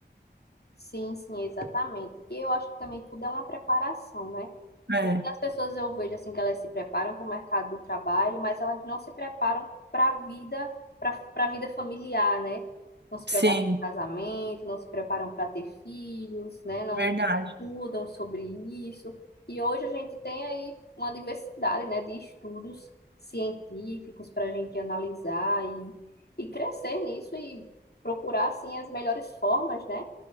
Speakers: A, on the left; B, on the right.
A: sim, sim, exatamente. E eu acho que também tudo é uma preparação, né?
B: É,
A: E as pessoas eu vejo assim que elas se preparam para o mercado de trabalho, mas elas não se preparam para a vida, para para a vida familiar, né? Não se
B: sim,
A: preparam para o casamento, não se preparam para ter filhos, né? Não
B: verdade.
A: estudam sobre isso. E hoje a gente tem aí uma diversidade, né, de estudos científicos para a gente analisar e, e crescer nisso e procurar, assim, as melhores formas, né,